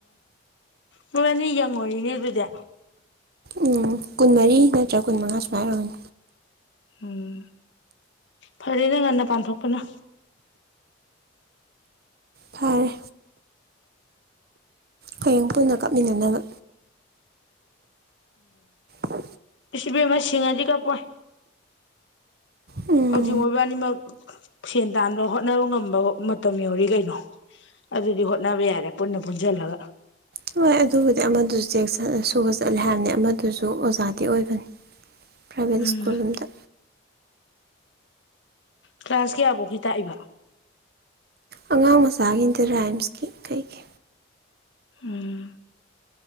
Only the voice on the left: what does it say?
ꯃꯣꯔꯅꯤ ꯌꯦꯡꯉꯣꯔꯤꯅꯦ ꯑꯗꯨꯗꯤ
ꯎꯝ ꯐꯔꯅ ꯉꯅ ꯄ ꯄꯊꯣꯛꯄꯅ
ꯁꯤꯕ ꯃꯁꯤꯡ ꯑꯗꯨꯗꯤ ꯀꯄꯣꯏ
ꯍꯧꯖꯤꯛ ꯑꯣꯏꯕ ꯑꯅꯤꯃꯛ ꯐꯦꯟ ꯗꯥꯥꯟꯕ ꯍꯣꯠꯅꯕ ꯉꯝꯕ ꯃꯇꯝ ꯌꯧꯔꯤ ꯀꯩꯅꯣ ꯑꯗꯨꯗꯤ ꯍꯣꯠꯅꯕ ꯌꯥꯔꯦ ꯄꯨꯟꯅ ꯄꯨꯟꯁꯤꯜꯂꯒ
ꯎꯝ
ꯀ꯭ꯂꯥꯁ ꯀꯌꯥꯐꯧꯀꯤ ꯇꯥꯛꯏꯕ
ꯎꯝ